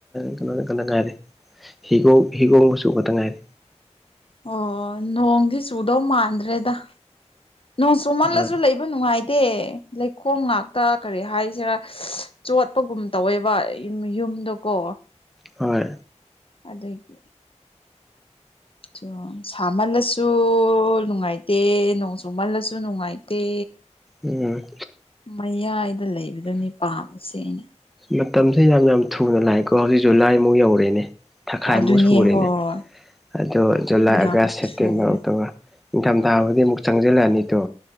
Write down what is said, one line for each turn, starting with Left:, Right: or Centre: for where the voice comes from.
Centre: ꯀꯩꯅꯣꯗ ꯈꯇ ꯉꯥꯏꯔꯦ ꯍꯤꯒꯣꯛ ꯍꯤꯒꯣꯡꯃꯆꯨ ꯈꯛꯇ ꯉꯥꯏꯔꯦ
Left: ꯑꯣ ꯅꯣꯡꯗꯤ ꯆꯨꯗꯧ ꯃꯥꯟꯗ꯭ꯔꯦꯗ ꯅꯣꯡ ꯁꯨꯝꯃꯜꯂꯁꯨ
Centre: ꯍꯣꯏ
Left: ꯂꯩꯕ ꯅꯨꯡꯉꯥꯏꯇꯦ ꯂꯩꯈꯣꯝ ꯉꯥꯛꯇ ꯀꯔꯤ ꯍꯥꯏꯁꯤꯔꯥ ꯆꯣꯠꯄꯒꯨꯝ ꯇꯧꯋꯦꯕ ꯌꯨꯝꯗꯨꯀꯣ
Centre: ꯍꯣꯏ
Left: ꯑꯗꯨꯒꯤ <unintelligible> ꯁꯥꯃꯜꯂꯁꯨ ꯅꯨꯡꯉꯥꯏ ꯗꯦ ꯅꯣꯡ ꯆ ꯃꯜꯂꯁꯨ ꯅꯨꯡꯉꯥꯏꯇꯦ
Centre: ꯎꯝ
Left: ꯃꯌꯥꯏꯗ ꯂꯩꯕꯗꯨꯅꯤ ꯄꯥꯝꯃꯤꯁꯦ ꯑꯩꯅ
Centre: ꯃꯇꯝꯁꯦ ꯌꯥꯝ ꯌꯥꯝ ꯊꯨꯅ ꯂꯥꯛꯑꯦꯀꯣ ꯍꯧꯖꯤꯛ ꯖꯨꯂꯥꯏꯃꯨꯛ ꯌꯧꯔꯦꯅꯦ ꯊꯥꯈꯥꯏꯃꯨꯛ
Left: ꯑꯗꯨꯅꯦ
Centre: ꯁꯨꯔꯦꯅꯦ
Left: ꯍꯣꯏ
Centre: ꯑꯗꯣ ꯖꯨꯂꯥꯏ
Left: ꯌꯥꯝ
Centre: ꯑꯥꯒꯁ
Left: ꯊꯨꯋꯦ
Centre: ꯁꯦꯞꯇꯦꯝꯕꯔ ꯑꯣꯛꯇꯣꯕꯔ ꯅꯤꯡꯊꯝꯊꯥꯕꯨꯗꯤ ꯑꯃꯨꯛ ꯆꯪꯁꯤꯜꯂꯛꯑꯅꯤ ꯗꯣ